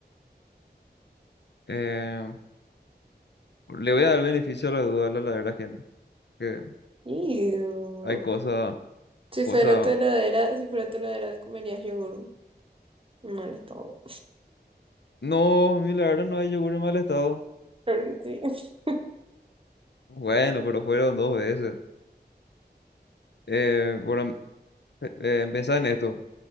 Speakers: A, on the left; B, on the right.
A: Eh, le voy a dar el beneficio a la duda a la ladera ajena, que
B: Ew.
A: hay cosas,
B: Si
A: cosas.
B: fuera tu heladera, si fuera tu heladera, comerías yogur. Mal estado.
A: No, mi ladera no hay yogur en mal estado.
B: Claro que sí.
A: Bueno, pero fueron dos veces. Eh, bueno, Eh, pensá en esto.